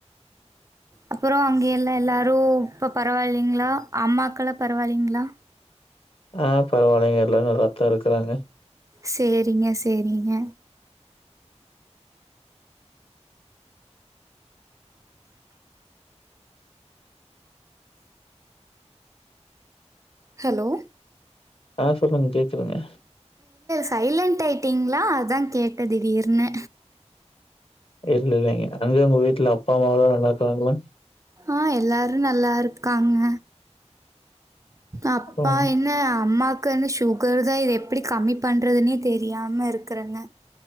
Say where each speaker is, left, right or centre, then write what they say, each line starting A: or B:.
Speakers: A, on the right; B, on the left.
A: அப்புறோ அங்க எல்லா எல்லாரு இப்ப பரவாயில்லலைங்களா அம்மாக்கெலா பரவாயில்லைங்களா
B: ஆ பரவால்லைங்க எல்லா நல்லாத்தா இருக்கறாங்க
A: சேரிங்க சேரிங்க ஹலோ
B: ஆ சொல்லுங்க கேக்குதுங்க
A: சைலன்ட் ஆயிட்டிங்களா அதா கேட்ட திடீர்னு
B: இல்ல இல்லைங்க அங்க உங்க வீட்டுல அப்பா அம்மாவெல்லா நல்லாருக்காங்களா
A: ஆ எல்லாரு நல்லா இருக்காங்க அப்பா
B: ம்.
A: என்ன அம்மாக் கனு சுகர் தா இது எப்டி கம்மி பண்ணுறதுனே தெரியாம இருக்கறேங்க